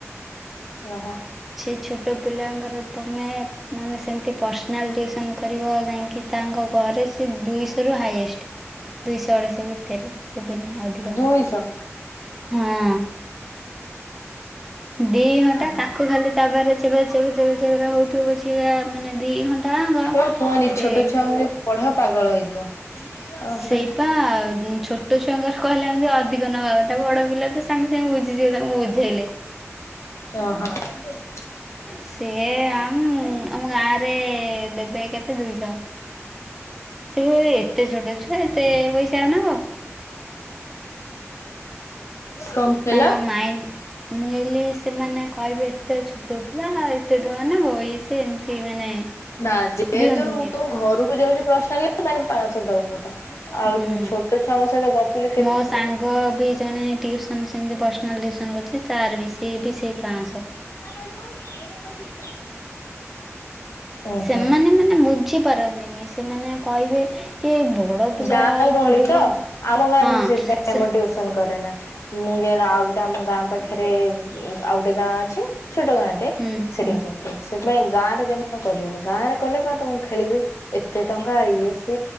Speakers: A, on the left; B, in the centre.
A: ଓହୋ।
B: ସେ ଛୋଟ ପିଲାଙ୍କର ତୁମେ ମାନେ ସେମିତି ପର୍ସନାଲ୍ ଟିୁସନ୍ କରିବ ଯାଇକି ତାଙ୍କ ଘରେ ସେ ଦୁଇଶହରୁ ହାଇଏଷ୍ଟ ଦୁଇଶହ ଅଢ଼େଇଶହ ଭିତରେ ଦେବେନି ଅଧିକ।
A: ଦୁଇଶହ
B: ହଁ। ଦି ଘଣ୍ଟା
A: ଓହୋ
B: ତାକୁ ଖାଲି ତାପରେ ଚବେ ଚବେ ଚବେରେ ହଉଥିବ ପଛରେ ମାନେ ଦି ଘଣ୍ଟା ଯାକ
A: କଣ କୁହନି
B: ସେ
A: ଛୋଟ ଛୁଆ ମାନଙ୍କୁ ପଢେଇବା ପାଗଳ ହେଇଯିବ। ତମ
B: ସେଇପା
A: ସହିତ
B: ଛୋଟ ଛୁଆଙ୍କର କହିଲା ଏମିତି ଅଧିକ ନବାକଥା ବଡ ପିଲା ତ ସାଙ୍ଗେ ସାଙ୍ଗେ ବୁ ବୁଝିଯିବ ତାଙ୍କୁ ମୁଁ ବୁଝେଇଲେ।
A: ହଁ।
B: ସିଏ ଆମ୍ ଆମ ଗାଁରେ ଦେବେ କେତେ ଦୁଇଶହ। ସେ ଏତେ ଛୋଟ ଛୁଆ ଏତେ ପଇସା ନବ।
A: କଣ କହିଲ?
B: ତାଙ୍କ ମାଇଣ୍ଡ ମୁଁ କହିଲି ସେମାନେ କହିବେ ଏତେ ଛୋଟ ପିଲା ଏତେ ଟଙ୍କା ନେବ ଇଏ ସିଏ ଏମିତି ମାନେ
A: ନା ଯେହେତୁ
B: ଦିଅନ୍ତିନି
A: ତମ ଘରକୁ ଯାଉଛି ପ୍ରସ୍ନାଲି ମାନେ ପାଁଶ ଦବା କଥା। ଆଉ
B: ହୁଁ
A: ଛୋଟ ଛୁଆଙ୍କ ସହିତ ଗପିଲେ କେତେ
B: ମୋ ସାଙ୍ଗ ବି ଜଣେ ଟିଉସନ୍ ସେମିତି ପର୍ସନାଲି ଟିଉସନ୍ କରୁଛି, ତାର ବି ସେ ବି ସେଇ ପାଆଁଶ।
A: <inaudible> ଉଁ
B: ସେମାନେ
A: ହୁଁ
B: ମାନେ ବୁଝିପାରନ୍ତିନି, ସେମାନେ କହିବେ କି ବଡ଼ ପିଲା
A: ଗାଁ ଗହଳି
B: ଟିଉସନ୍
A: ତ ଆମ ଗାଁରେ
B: ହଁ
A: ମୁଁ ସେଥିପାଇଁ
B: ସେ
A: ଆମ ଟ୍ୟଉସନ କରେନା ମୁଁ ଯାଇ ଆଉ ଆମ ଗାଁ ପାଖରେ ଆଉ ଗୋଟେ ଗାଁ ଅଛି ଛୋଟ ଗାଁଟେ
B: ହୁଁ
A: ସେଠି
B: ହୁଁ
A: ଯାଇକି ଆସେ। ସେଥିପାଇଁ ଗାଁରେ ଜମା ତମେ କରିବନି ଗାଁରେ କରିଲେ ବା ତମକୁ ଖେଳିବେ ଏତେ ଟଙ୍କା ଇଏ ସି